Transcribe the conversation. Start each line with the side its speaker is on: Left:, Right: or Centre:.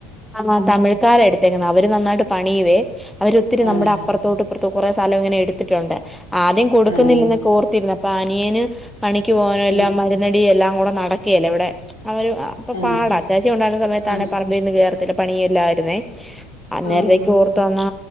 Centre: ആ തമിഴക്കാരർ എടുത്തേക്കുന്ന അവര് നന്നായിട്ട് പണിയവേ അവര് ഒത്തിരി
Left: ആഹ്
Centre: നമ്മുടെ അപ്പുറത്തോട്ട്പ്പുറത്ത കുറെേ സ്ഥലം ഇങ്ങനെ എടുത്തിട്ടുണ്ട് ആദ്യം കൊടുക്കുന്നില്ല
Left: ആണല്ലേ
Centre: എന്നൊക്കെ ഓർത്തിരുന്നു അപ്പൊ അനിയന് പണിക്ക് പോകാനും എല്ലാം
Left: ആഹ്
Centre: മരുന്നടിയും എല്ലാം കൂടെ നടക്കുകല്ലേ ഇവിടെ അവര് ഇപ്പൊ
Left: ആഹ്
Centre: പാടാ ചേച്ചി ഉണ്ടായിരുന്ന സമയത്താണെ
Left: ആഹ്
Centre: പറമ്പിലൊന്നും കേറത്തില്ല പണിയല്ലായിരുന്നേ അന്നേരേക്ക്
Left: ആഹ്
Centre: ഓർത്ത് അന്നാ